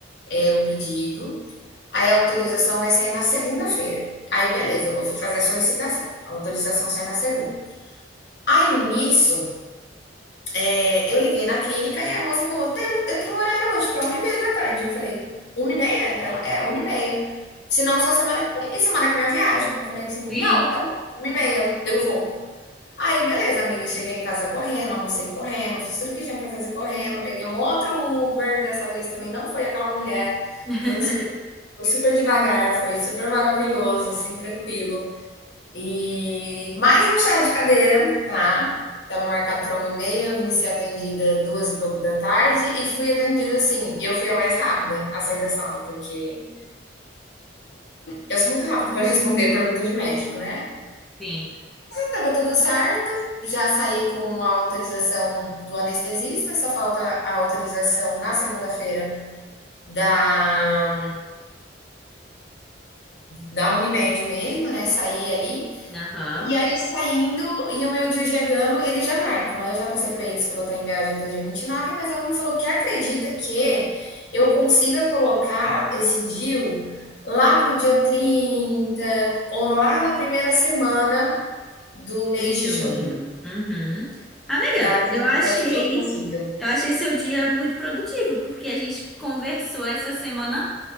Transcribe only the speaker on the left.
é, o pedido. Aí a autorização vai sair na segunda-feira. Aí, beleza, eu fui fazer a solicitação. A autorização sai na segunda. Aí, nisso, é, eu liguei na clínica e a moça falou: Tem, um, eu tenho um horário hoje para uma e meia da tarde. Eu falei, uma e meia? Ela, é, uma e meia. Se não, só semana que vem. E semana que vem eu viajo. Eu falei assim,
não, tá bom, uma e meia, eu vou. Aí, beleza, amiga. Cheguei em casa correndo, almocei correndo, fiz tudo que tinha pra fazer correndo. Peguei um outro Uber, dessa vez também não foi aquela mulher.
Foi, um sen- foi super devagar, foi super maravilhoso, assim, tranquilo. E mais um chá de cadeira, tá? Tava marcado pra uma e meia, vim ser atendida duas e pouco da tarde e fui atendida assim. Eu fui a mais rápida a sair da sala, porque eu sou muito rápida para <laughs> responder pergunta de médico, né?
Tava tudo certo, já saí com a autorização do anestesista, só falta a autorização na segunda-feira da, da Unimed mesmo, né? Saí ali.
E aí, saindo, e o meu dia chegando, eles já marcam. Aí eu já passei para eles que eu vou estar em viagem até dia 29, mas ela me falou que acredita que eu consiga colocar esse deal lá pro dia 30 ou lá na primeira semana do mês
de
junho.
Ela acredita
ali que eu consiga.